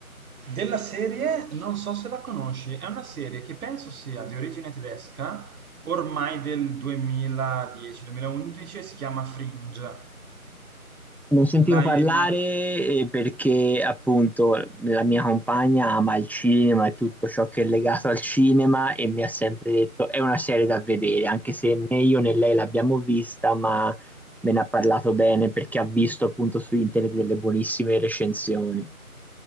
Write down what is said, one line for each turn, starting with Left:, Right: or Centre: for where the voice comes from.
Right: Della serie non so se la conosci, è una serie che penso sia di origine tedesca, ormai del 2010-2011, si chiama Fringe.
Centre: Non sentivo
Right: L'hai
Centre: parlare
Right: mai...
Centre: eh, perché appunto la mia compagna ama il cinema e tutto ciò che è legato al cinema e mi ha sempre detto è una serie da vedere, anche se né io né lei l'abbiamo vista, ma me ne ha parlato bene perché ha visto appunto su internet delle buonissime recensioni.